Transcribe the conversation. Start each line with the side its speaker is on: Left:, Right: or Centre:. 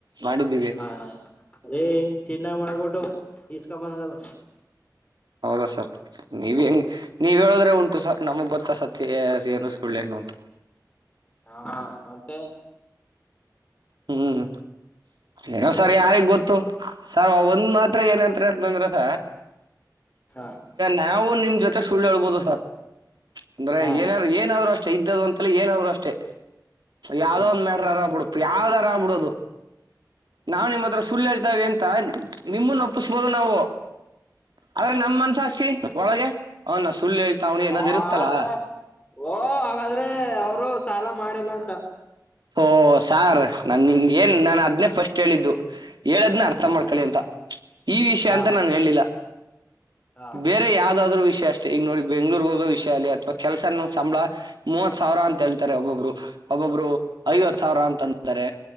Right: ಮಾಡಿದ್ದೀವಿ ಅಂತ
Left: ಹಾ ಅ ಚಿನ್ನ ಮಾಡಬಿಟ್ಟು ಇಸ್ಕ ಬಂದಿರೋದ
Right: ಹೌದಾ ಸರ್ ನೀವ ಹೆಂಗ ನೀವ್ ಹೇಳಿದ್ರೆ ಉಂಟು ಸರ್ ನಮಗ್ ಗೊತ್ತಾ ಸತ್ಯ ಏನಿಸ್ಕೊಳ್ ನು ಅಂತ
Left: ಹಾ ಮತ್ತೆ
Right: ಹ್ಮ್ ಏನೋ ಸರಿ ಯಾರಿಗೆ ಗೊತ್ತು ಸರ್ ಒಂದ್ ಮಾತ್ರ ಏನಂತಂದ್ರಸ
Left: ಹಾ
Right: ನ್ಯಾವು ನಿಮ್ ಜೊತೆ ಸುಳ್ಳು ಹೇಳ್ಬಹುದು ಸರ್ <inaudible> ಅಂದ್ರೆ
Left: ಹಾ
Right: ಏನ ಏನಾದ್ರು ಅಷ್ಟೇ ಇದ್ದ್ದ ಅಂತ ಏನಾದ್ರು ಅಷ್ಟೇ ಯಾವ್ದೋ
Left: ಹಾ
Right: ಒಂದ ಮ್ಯಾಟ್ರರ್ ಅರಬ ಬಿಡ್ ಯಾವ್ದರ ಆಗ್ಬ ಬಿಡೋದು.
Left: ಹ್ಮ್
Right: ನಾವ್ ನಿಮ್ಮ ಹತ್ರ ಸುಳ್ಳು ಹೇಳ್ತಾವ ಅಂತ ನಿಮ್ಮನ್ನ ಒಪ್ಪಿಸ್ಬೋದು ನಾವು. ಆದ್ರೆ
Left: ಹ್ಮ್
Right: ನಮ್ ಮನ್ಸ ಹಸಿ ಒಳಗೆ ಹ ನಾವ ಸುಳ್ಳು ಹೇಳ್ತಾ ಅವಿನಿ ಏನದ್
Left: ಹಾಗಾದ್ರೆ
Right: ಇರುತ್ತಲ್ಲ.
Left: ಓ ಹಾಗಾದ್ರೆ ಅವರು ಸಾಲ ಮಾಡಿಲ್ಲ ಅಂತ.
Right: ಓ ಸಾರ್ ನಾನು ನಿಂಗೆ ಏನ್ ನಾನು ಅದ್ನೇ ಫಸ್ಟ ಹೇಳಿದ್ದು. ಹೇಳದ್ನ ಅರ್ಥ
Left: ಹಾ
Right: ಮಾಡ್ಕಳ ಅಂತ ಈ ವಿಷಯ
Left: ಹಾ
Right: ಅಂತ ನಾನ ಹೇಳಲಿಲ್ಲ.
Left: ಹಾ
Right: ಬೇರೆ ಯಾವ್ದಾದ ವಿಷಯ ಅಷ್ಟೇ ಈಗ ನೋಡಿ ಬೆಂಗಳೂರ್ಗ ಹೋಗೋ ವಿಷಯ ಅಲ್ಲಿ ಅಥವಾ ಕೆಲ್ಸನ್ನ ಸಂಬಳ ಮೂವತ್ ಸಾವಿರ ಅಂತ ಹೇಳ್ತಾರೆ ಒಬ್ಬೊಬ್ರು ಒಬ್ಬೊಬ್ರು. ಐವತ್ತು ಸಾವಿರ ಅಂತ ಅಂತಾರೆ